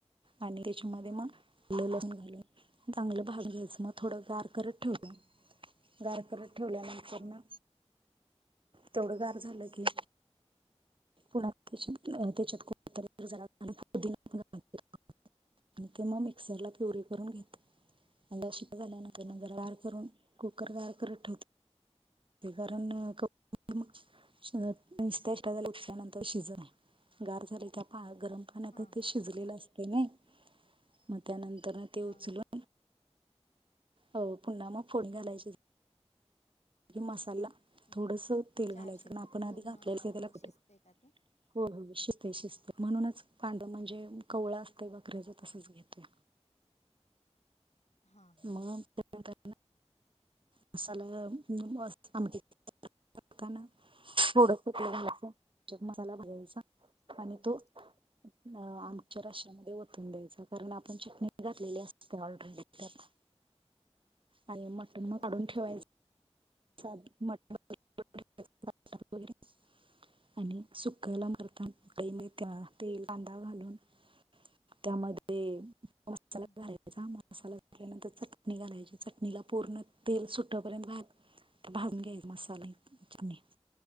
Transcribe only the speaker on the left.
हां,
हां,
हां,
हां, हां,
हां,
हां,
हां.
मग
ते
शिट्ट्यात
पूर्ण
अ,
शिजते का ते?
हां, हां,
<inaudible>
हां,
हां,
हां,
हां,